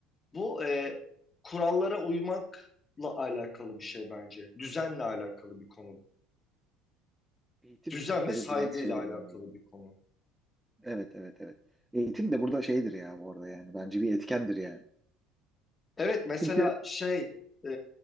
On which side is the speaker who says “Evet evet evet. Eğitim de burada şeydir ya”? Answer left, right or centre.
Centre